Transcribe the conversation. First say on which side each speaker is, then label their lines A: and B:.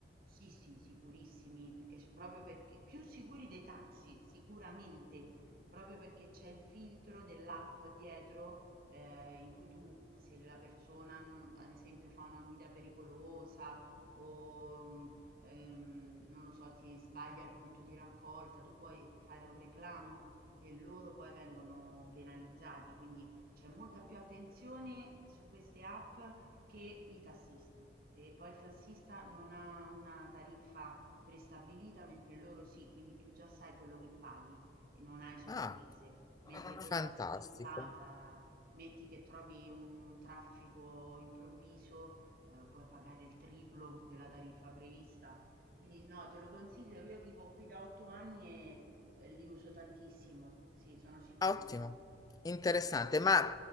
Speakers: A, on the right (about 55°); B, on the left (about 20°).
A: Sì, sì, sicurissimi, perché c proprio perché più sicuri dei taxi, sicuramente, proprio perché c'è il filtro dell'app dietro, eh, in cui tu, se la persona, mm, ad esempio, fa una guida pericolosa o, mm, ehm, non lo so, ti sbaglia il punto di raccolta, tu puoi fare un reclamo e loro poi vengono penalizzati, quindi c'è molta più attenzione su queste app che i tassisti. E poi il tassista non ha una tariffa prestabilita, mentre loro sì, quindi tu già sai quello che paghi e non hai sorprese.
B: Ah,
A: Mentre col
B: fantastico.
A: tassista, eh, metti che trovi un traffico improvviso, eh, puoi pagare il triplo della tariffa prevista. Quindi no, te lo consiglio, io vivo qui da otto anni e eh, li uso tantissimo, sì, sono sicuri.
B: Ottimo, interessante.
A: Sì, sì, sì.
B: Ma